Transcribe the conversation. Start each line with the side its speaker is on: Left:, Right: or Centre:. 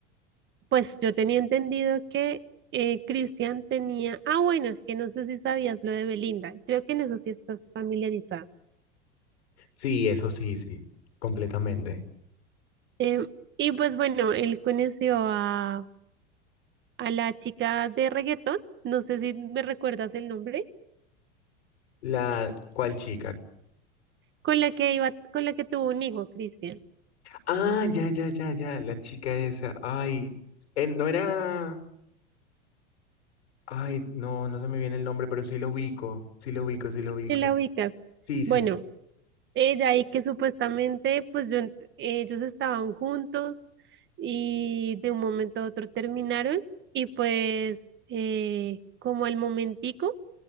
Right: pues yo tenía entendido que eh, Cristian tenía, ah, bueno, es que no sé si sabías lo de Belinda, creo que en eso sí estás familiarizada.
Left: Sí, eso sí, sí, completamente.
Right: Em, y pues bueno, él conoció a, a la chica de reggaetón, no sé si me recuerdas el nombre,
Left: La, ¿cuál chica?
Right: con la que iba, con la que tuvo un hijo, Cristian,
Left: Ah, ya, ya, ya, ya, la chica esa, ay, eh, no era, ay, no, no se me viene el nombre, pero sí lo ubico, sí lo ubico, sí lo ubico.
Right: que la ubicas.
Left: Sí, sí,
Right: Bueno. Ella y que supuestamente pues yo ent- ellos estaban juntos y de un momento a otro terminaron y pues eh, como al momentico